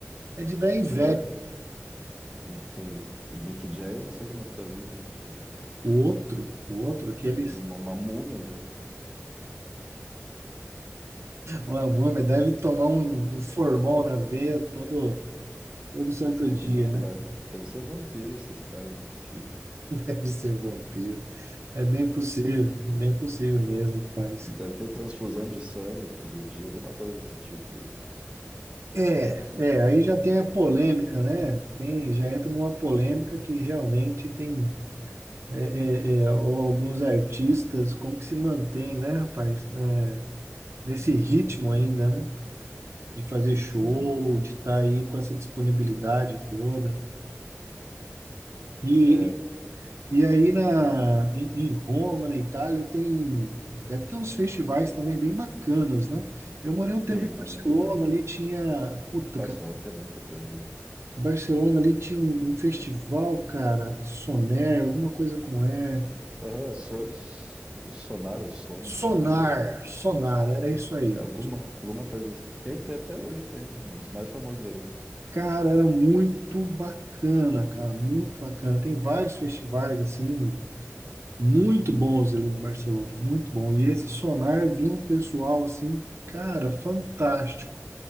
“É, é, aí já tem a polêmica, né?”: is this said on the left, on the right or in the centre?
Right